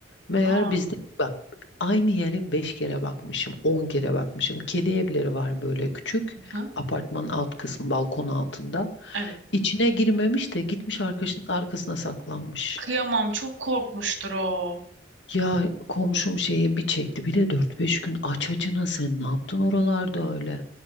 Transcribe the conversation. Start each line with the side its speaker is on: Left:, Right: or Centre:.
Left: Meğer
Right: Aa.
Left: bizde bak aynı yere 5 kere bakmışım 10 kere bakmışım kedi evleri var böyle küçük
Right: Hı?
Left: apartmanın alt kısmı balkon altında.
Right: Evet.
Left: İçine girmemiş de gitmiş arkadaşının arkasına saklanmış.
Right: Kıyamam. Çok korkmuştur o.
Left: Ya komşum şeyi bir çekti. Bir de dört beş gün aç açına sen ne yaptın oralarda öyle?